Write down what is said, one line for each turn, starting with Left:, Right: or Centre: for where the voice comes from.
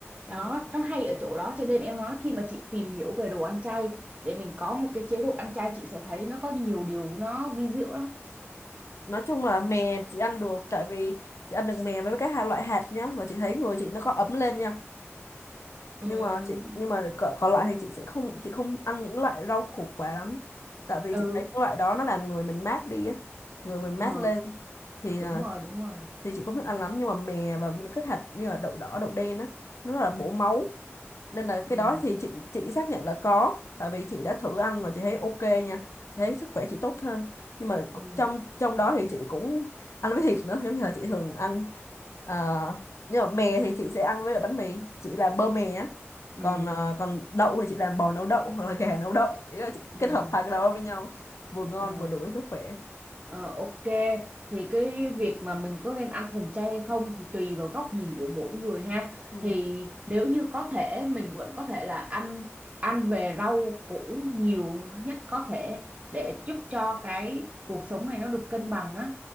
Right: đó
Left: ừ.
Right: nó hay ở chỗ đó cho nên em nói khi mà chị tìm hiểu về đồ ăn chay để mình có một cái chế độ ăn chay chị sẽ thấy nó có nhiều điều nó vi diệu lắm
Left: nói chung là mè chị ăn được tại vì chị ăn được mè với cái hai loại hạt nhá và chị thấy người chị nó có ấm lên nha
Right: Ừm,
Left: nhưng mà chị nhưng mà còn còn lại thì chị sẽ không chị không ăn những loại rau củ quả lắm tại vì
Right: ừ
Left: chị thấy những loại đó nó làm người mình mát đi á người mình
Right: ờ,
Left: mát lên thì
Right: đúng
Left: à,
Right: rồi đúng rồi
Left: thì chị không thích ăn lắm nhưng mà mè và những cái hạt như là đậu đỏ đậu đen á nó là bổ máu nên là
Right: ừ
Left: cái đó thì chị chị xác nhận là có tại vì chị đã thử ăn và chị thấy ok nha chị thấy sức khỏe chị tốt hơn nhưng mà
Right: ừ
Left: cũng- trong trong đó thì chị cũng ăn với thịt nữa giống như là chị thường ăn ờ, nhưng mà mè thì chị sẽ ăn với lại bánh mì chị làm bơ mè á
Right: ừ
Left: còn ờ, còn đậu thì chị làm bò nấu đậu hoặc là gà nấu đậu ý là chị
Right: ừ
Left: kết hợp hai cái đó với nhau vừa ngon
Right: ờ,
Left: vừa đủ cho sức khỏe
Right: ờ, ok thì cái việc mà mình có nên ăn thuần chay hay không thì tùy vào góc nhìn của mỗi người ha
Left: ừ,
Right: thì nếu như có thể mình vẫn có thể là ăn ăn về rau củ nhiều nhất có thể để giúp cho cái cuộc sống này nó được cân bằng á